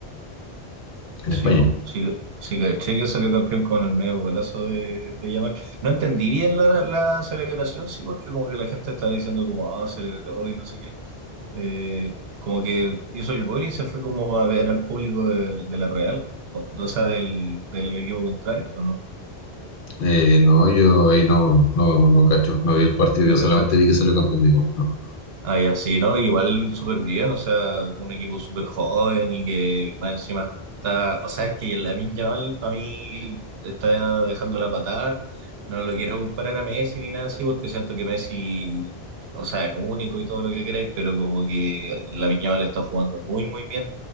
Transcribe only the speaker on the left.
en
España.
Eh, no, yo ahí no, no, no cacho, no vi el partido,
yo solamente
vi que salió campeón, digo, no.